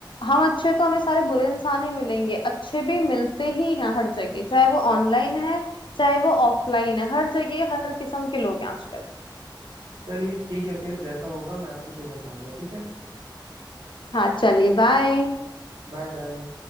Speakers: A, on the left; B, on the right.
A: हम अच्छे हैं तो हमें सारे बुरे इंसान ही मिलेंगे अच्छे भी मिलते ही हैं हर जगह चाहे वो ऑनलाइन है चाहे वो ऑफलाइन है हर जगह हर किस्म के लोग हैं आजकल
B: चलिए ठीक है फिर जैसा होगा मैं आपको फिर बताऊंगा ठीक है
A: हाँ चलिए बाय
B: Bye bye